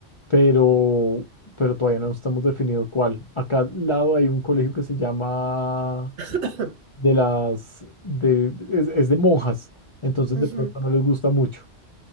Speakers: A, on the left; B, on the right.
A: pero, pero todavía no estamos definido cuál. Acá al lado hay un colegio que se llama
B: <coughs>
A: de las, de, es, es de monjas, entonces
B: <clears throat> Ujú.
A: de pronto no les gusta mucho.